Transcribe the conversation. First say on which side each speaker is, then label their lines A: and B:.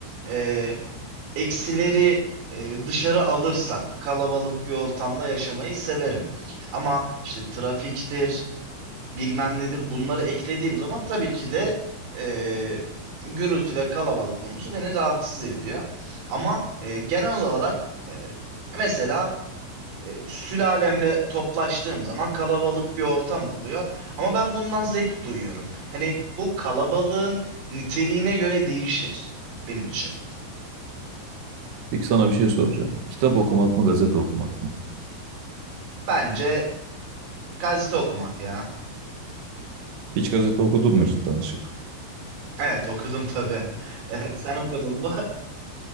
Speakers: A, on the right; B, on the right.
A: e, eksileri e, dışarı alırsak kalabalık bir ortamda yaşamayı severim. Ama işte trafiktir, bilmem nedir bunları eklediğim zaman tabii ki de e, gürültü ve kalabalık konusu beni rahatsız ediyor. Ama e, genel olarak e, mesela e, sülalemle toplaştığım zaman kalabalık bir ortam oluyor. Ama ben bundan zevk duyuyorum. Hani bu kalabalığın niteliğine göre değişir benim için.
B: Peki sana bir şey soracağım. Kitap okumak mı gazete okumak mı?
A: Bence gazete okumak ya.
B: Hiç gazete okudun mu cidden açıp?
A: Evet okudum tabii. <laughs> Evet sen okudun mu?